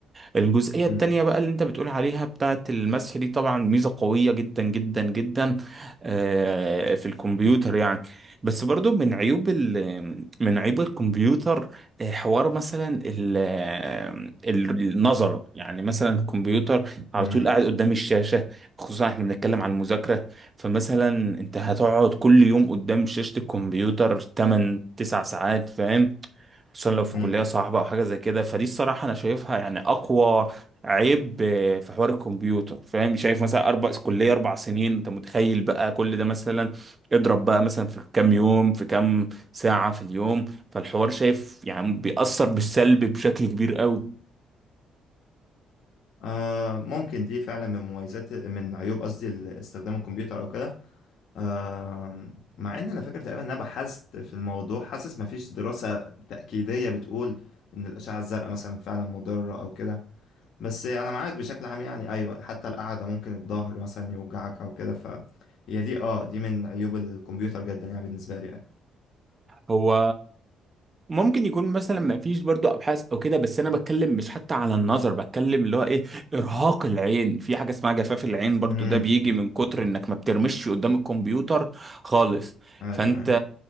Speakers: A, on the right (about 30°); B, on the left (about 70°).
A: الجزئية
B: مم،
A: التانية بقى اللي انت بتقول عليها بتاعة المسح دي طبعا ميزة قوية جدا جدا جدا آه، في الكمبيوتر يعني بس برضو من عيوب ال من عيوب الكمبيوتر آه، حوار مثلا ال آه، ال- النظر يعني مثلا الكمبيوتر على
B: مم،
A: طول قاعد قدام الشاشة خصوصا احنا بنتكلم عن المذاكرة فمثلا انت هتقعد كل يوم قدام شاشة الكمبيوتر 8 9 ساعات فاهم خصوصا لو في
B: مم.
A: كلية صعبة أو حاجة زي كده فدي الصراحة أنا شايفها يعني أقوى عيب آه، في حوار الكمبيوتر فاهم شايف مثلا أربع كلية أربع سنين أنت متخيل بقى كل ده مثلا اضرب بقى مثلا في كام يوم في كام ساعة في اليوم فالحوار شايف يعني بيأثر بالسلب بشكل كبير قوي
B: آه ممكن دي فعلا من مميزات من عيوب قصدي ال- استخدام الكمبيوتر أو كده آم، مع ان انا فاكر تقريبا ان انا بحثت في الموضوع حاسس مفيش دراسة تأكيدية بتقول ان الأشعة الزرقاء مثلا فعلا مضرة او كده بس انا معاك بشكل عام يعني ايوه حتى القعدة ممكن الظهر مثلا يوجعك او كده فهي دي اه دي من عيوب الكمبيوتر جدا يعني بالنسبة لي ايوه
A: هو ممكن يكون مثلا ما فيش برضو ابحاث او كده بس انا بتكلم مش حتى على النظر بتكلم اللي هو ايه ارهاق العين في حاجه اسمها جفاف العين برضو
B: امم
A: ده بيجي من كتر انك ما بترمش قدام الكمبيوتر خالص
B: ايوه
A: فانت
B: ايوه